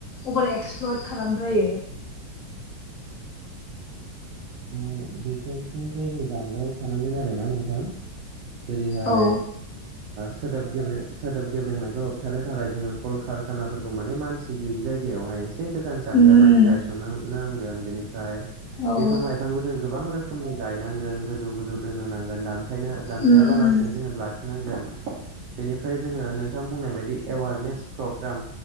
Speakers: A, on the left (about 45°); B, on the right (about 75°).
A: अभार एक्सप्लयद खालामद्रायो
B: थ बेफोरनिफ्राय जों जानगाराव थानांगोन आरोना नोंथां जेरैहाय
A: औ
B: सोदोब गेब्रें सोदोब गेब्रेंनायखौ होबथानो थाखाय जोङो कल कारखानाफोरखौ माने मानसि गैयि जायगायावहाय एसे एसे गोजान जानगारनानै
A: उम उम
B: गायसननो नांगोन बेनिफ्राय
A: औ
B: बिफां-लाइ गोबां रोखोमनि गायनांगोन गोजौ गोजौ दोनो नांगोन दाननो दानफायाबालासिनो
A: उम उम
B: जोङो ला नांगोन बेनिफ्राय जोङो नोंथां बुंनाय बायदि एवारनेस प्रग्राम